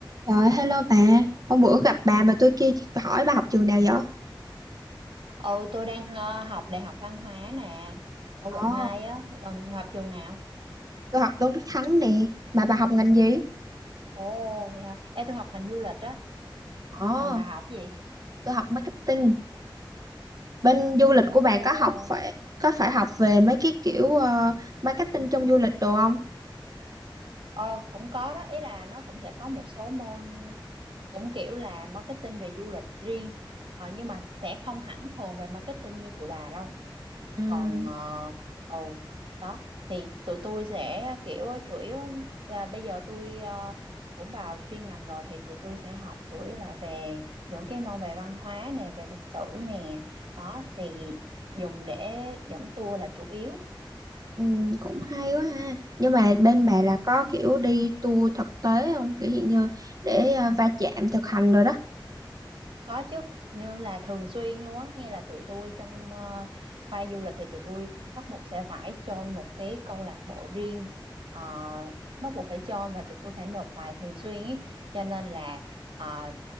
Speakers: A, on the right (about 45°); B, on the right (about 85°).
A: Rồi, hello bà. Hôm bữa gặp bà mà tôi kia hỏi bà học trường nào vậy?
B: Ừ, tôi đang ờ, học Đại học Văn hóa nè, ở
A: Ồ,
B: quận 2 á, còn học trường nào?
A: tôi học Tôn Đức Thắng nè. Mà bà học ngành gì?
B: Ồ, vậy hả? Ê, tôi học ngành du lịch á,
A: Ồ,
B: còn bà học gì?
A: tôi học marketing. Bên du lịch
B: Ồ,
A: của bà có học phải có phải học về mấy cái kiểu ờ, marketing trong du lịch đồ không?
B: ờ, cũng có đó, ý là nó cũng sẽ có một số môn cũng kiểu là marketing về du lịch riêng, ờ, nhưng mà sẽ không hẳn thuần về marketing như tụi bà đâu.
A: Ừ,
B: còn ờ, ồ đó thì tụi tôi sẽ kiểu chủ yếu là bây giờ tôi ờ, cũng vào chuyên ngành rồi thì tụi tôi sẽ học chủ yếu là về những cái môn về văn hóa nè về lịch sử nè đó thì dùng để dẫn tour là chủ yếu
A: ừ, cũng hay quá ha. Nhưng mà bên
B: ừ,
A: bà
B: ừ.
A: là có kiểu đi tour thực tế không? Kiểu hiện như để ờ, va chạm thực hành rồi đó.
B: Có chứ, như là thường xuyên luôn á, nghe là tụi tôi trong ờ, khoa du lịch thì tụi tôi bắt buộc sẽ phải join một cái câu lạc bộ riêng, ờ, bắt buộc phải join và tụi tôi phải nộp bài thường xuyên ý. Cho nên là ờ,